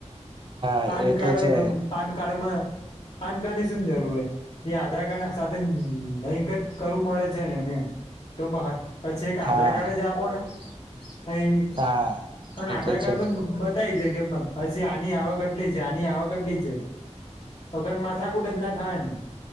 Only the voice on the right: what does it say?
હા
એ
છે
હા
હા
એ તો
છે